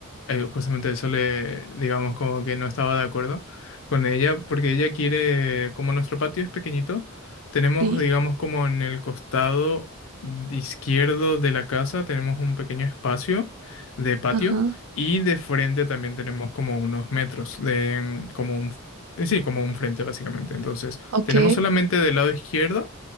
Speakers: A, on the left; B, on the right.
A: eh, justamente eso le, digamos, como que no estaba de acuerdo con ella, porque ella quiere, como nuestro patio es pequeñito, tenemos,
B: Sí,
A: digamos, como en el costado izquierdo de la casa, tenemos un pequeño espacio de patio
B: ajá,
A: y de frente también tenemos como unos metros de, como un, sí, como un frente básicamente. Entonces,
B: ok,
A: tenemos solamente del lado izquierdo